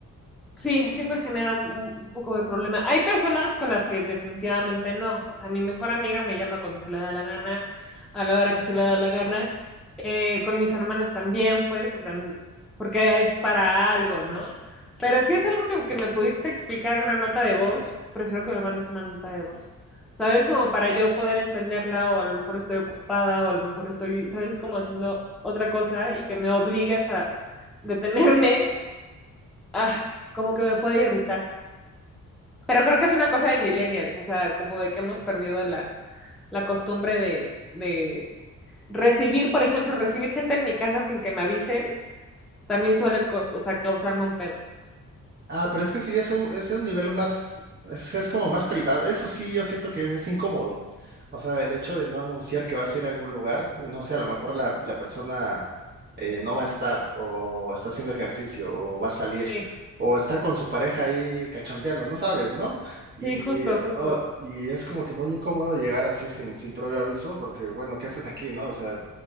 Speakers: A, in the centre; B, on the right.
A: Sí, sí me genera un, un poco de problema. Hay personas con las que definitivamente no. O sea, mi mejor amiga me llama cuando se le da la gana, a la hora que se le da la gana. Eh, con mis hermanas también, pues, o sea, n- porque es para algo, ¿no? Pero si es algo que, que me pudiste explicar en una nota de voz, prefiero que me mandes una nota de voz. ¿Sabes? Como para yo poder entenderla o a lo mejor estoy ocupada o a lo mejor estoy, ¿sabes? Como haciendo otra cosa y que me obligues a detenerme ah, como que me puede irritar. Pero creo que es una cosa de millennials, o sea, como de que hemos perdido la, la costumbre de, de recibir, por ejemplo, recibir gente en mi casa sin que me avisen, también suele, cau- o sea, causarme un pedo.
B: Ah, pero es que eso ya es un, es un nivel más, es, es como más privado. Eso sí, yo siento que es, es incómodo. O sea, el hecho de no anunciar que vas a ir a algún lugar, no sé, a lo mejor la, la persona eh, no va a estar, o está haciendo ejercicio, o va a salir,
A: Sí,
B: o está con su pareja ahí cachondeando, no sabes, ¿no? Y,
A: sí, justo, justo.
B: oh, y es como que muy incómodo llegar así sin, sin previo aviso, porque bueno, ¿qué haces aquí, no? O sea,